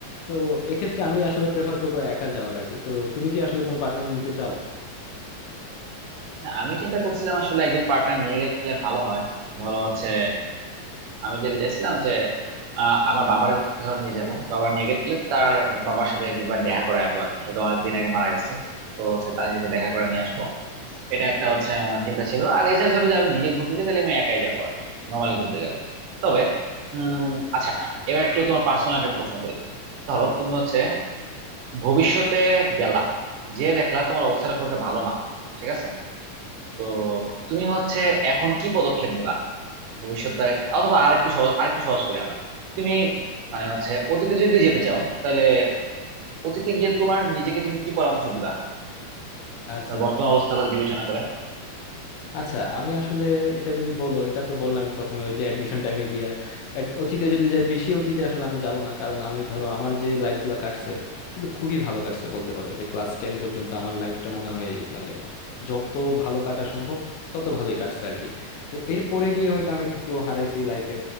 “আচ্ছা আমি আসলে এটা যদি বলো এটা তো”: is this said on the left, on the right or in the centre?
Left